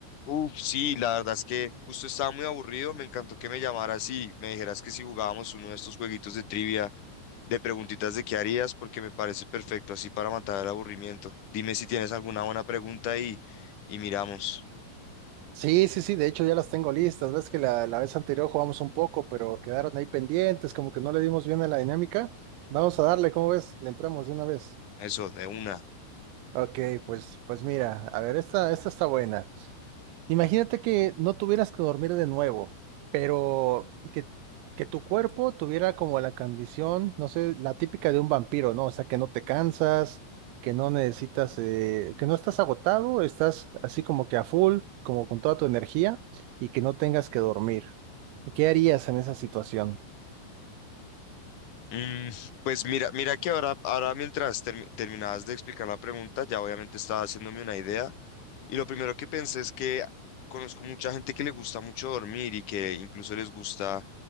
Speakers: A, on the left; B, on the right.
A: Uf, sí, la verdad es que justo estaba muy aburrido. Me encantó que me llamaras y me dijeras que si jugábamos uno de estos jueguitos de trivia, de preguntitas de qué harías, porque me parece perfecto así para matar el aburrimiento. Dime si tienes alguna buena pregunta y, y miramos.
B: Sí, sí, sí, de hecho ya las tengo listas. Ves que la, la vez anterior jugamos un poco, pero quedaron ahí pendientes, como que no le dimos bien a la dinámica. Vamos a darle, ¿cómo ves? Le entramos de una vez.
A: Eso, de una.
B: Ok, pues, pues mira, a ver, esta, esta está buena. Imagínate que no tuvieras que dormir de nuevo, pero que, que tu cuerpo tuviera como la condición, no sé, la típica de un vampiro, ¿no? O sea, que no te cansas, que no necesitas, eh, que no estás agotado, estás así como que a full, como con toda tu energía y que no tengas que dormir. ¿Qué harías en esa situación?
A: Mm, pues mira, mira que ahora, ahora mientras termi- terminabas de explicar la pregunta, ya obviamente estaba haciéndome una idea. Y lo primero que pensé es que conozco mucha gente que le gusta mucho dormir y que incluso les gusta